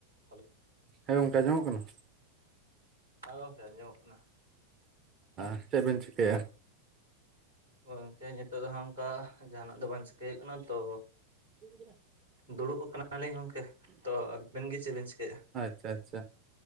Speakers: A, on the right; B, on the right.
A: Hello
B: ᱦᱮᱸ ᱜᱚᱝᱠᱮ ᱟᱡᱚᱢᱚᱜ ᱠᱟᱱᱟ᱾
A: ᱦᱮᱸ ᱜᱚᱝᱠᱮ ᱟᱸᱡᱚᱢᱚᱜ ᱠᱟᱱᱟ᱾
B: ᱦᱮ ᱪᱮᱫ ᱵᱤᱱ ᱪᱤᱠᱟ. ᱭᱮᱜᱼᱟ?
A: ᱜᱚᱝᱠᱮ ᱱᱤᱛᱚᱜ ᱫᱚ ᱦᱟᱜ ᱚᱱᱠᱟ ᱡᱟᱦᱟᱱᱟᱜ ᱫᱚ ᱵᱟᱝ ᱪᱤᱠᱟᱹᱭ ᱦᱩᱭᱩᱜ ᱠᱟᱱᱟ ᱛᱚ
B: <inaudible>
A: ᱫᱩᱲᱩᱵ ᱠᱟᱱᱟᱞᱤᱧ ᱜᱚᱢᱠᱮ ᱛᱚ ᱟᱵᱤᱱ ᱜᱮ ᱪᱮᱫ ᱵᱤᱱ ᱪᱤᱠᱟᱹᱭᱟ᱾
B: ᱟᱪᱪᱷᱟ ᱟᱪᱪᱷᱟ